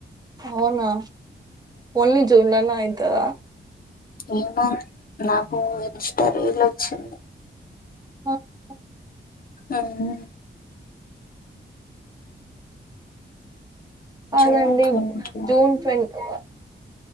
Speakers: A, on the right (about 20°); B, on the left (about 45°).
A: అవునా ఓన్లీ జూన్లనా అయితర
B: ఏమో నాకు ఇస్ట రీలోచ్చింది
A: ఉమ్
B: ఉహు
A: కాదండి
B: జూన్ twenty
A: June twenty